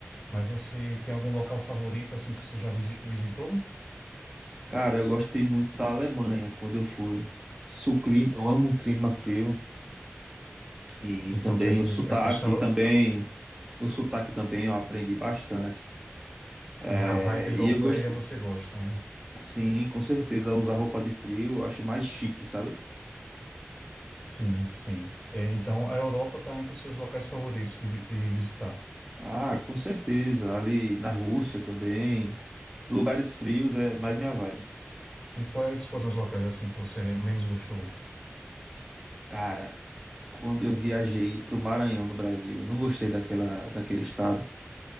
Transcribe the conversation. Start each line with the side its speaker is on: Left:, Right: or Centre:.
Left: Mas você tem algum local favorito, assim, que você já visi- visitou?
Right: Cara, eu gostei muito da Alemanha quando eu fui. Se o clima, eu amo o clima frio e
Left: Então,
Right: também
Left: quer dizer
Right: o sotaque
Left: que a questão,
Right: também,
Left: a-
Right: o sotaque também eu aprendi bastante.
Left: sim,
Right: É,
Left: a vibe europeia
Right: e eu gostei,
Left: você gosta, né?
Right: sim, com certeza usar roupa de frio, eu acho mais chique, sabe?
Left: Sim, sim. É, então, a Europa está entre os seus locais favoritos de, vi- de visitar.
Right: Ah, com certeza, ali na Rússia também, lugares frios é mais minha vibe.
Left: E quais foram os locais, assim, que você menos gostou?
Right: Cara, quando eu viajei pro Maranhão no Brasil, não gostei daquela daquele estado.